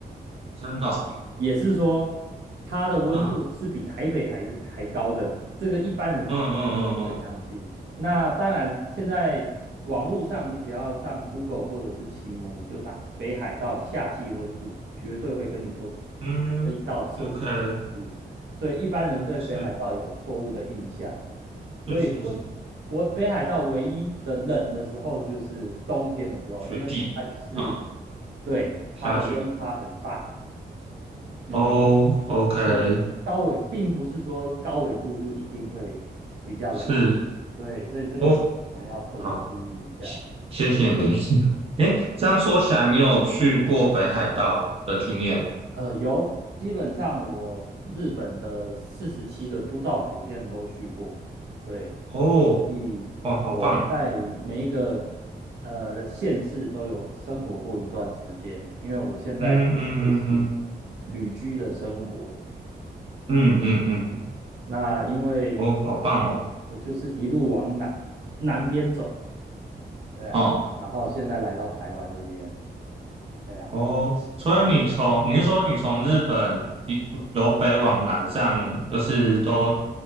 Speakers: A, on the right; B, on the right.
A: 真的哦
B: 也是说它的温度是比台北还是还高的，
A: 嗯。
B: 这个一般人是绝对不会相信。
A: 嗯嗯嗯
B: 那当然，现在网络上你只要上 Google 或者是奇摩，你就打北海道夏季温度，绝对会跟你说
A: 嗯嗯
B: 可以到摄氏四十度，
A: ，OK，
B: 所以一般人对北海道有错误的印象。
A: 是
B: 所以会
A: 是是是，
B: 不北海道唯一的冷的时候就是冬天的时候，
A: 雪地啊，
B: 因为它就是对它的温差很大。
A: 下雪
B: 嗯。
A: 哦，OK，
B: 所以高纬并不是说高纬度就一定会比较冷，
A: 是
B: 对，所以这个你可能要特别注意一下。
A: 哦，好，谢谢你。<laughs> 诶，这样说起来，你有去过北海道的经验
B: 呃，有，基本上我日本的四十七个都道府县都去过，对，
A: 哦，
B: 所以我在每一个
A: 哇，好棒，
B: 呃县市都有生活过一段时间，因为我现在过的就是
A: 嗯嗯嗯嗯
B: 旅居的生活。
A: 嗯嗯嗯，
B: 那因为
A: 哦，好棒哦，
B: 我就是一路往南南边走，对啊，
A: 哦。
B: 然后现在来到台湾这边，对啊，
A: 哦，所以你从你是说你从日本一由北往南这样，
B: 那
A: 就是都